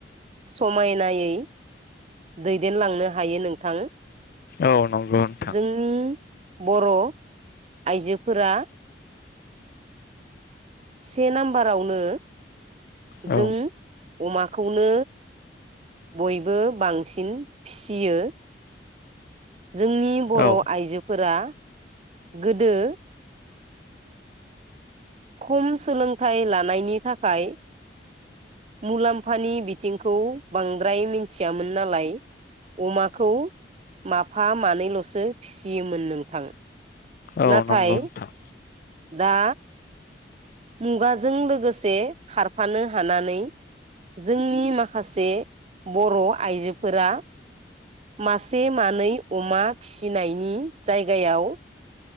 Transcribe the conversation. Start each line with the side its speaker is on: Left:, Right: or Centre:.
Right: समायनायै दैदेनलांनो हायो नोंथां
Left: औ नंगौ <inaudible>
Right: जोंनि बर' आइजोफोरा से नाम्बारावनो
Left: औ
Right: जों अमाखौनो बयबो बांसिन फिसियो जोंनि बर'
Left: औ
Right: आइजोफोरा गोदो खम सोलोंथाइ लानायनि थाखाय मुलाम्फानि बिथिंखौ बांद्राय मिथियामोन नालाय अमाखौ माफा मानैल'सो फिसियोमोन नोंथां
Left: औ
Right: नाथाय
Left: नोंगौथ <inaudible>
Right: दा मुगाजों लोगोसे खारफानो हानानै जोंनि माखासे बर' आइजोफोरा मासे मानै अमा फिसिनायनि जायगायाव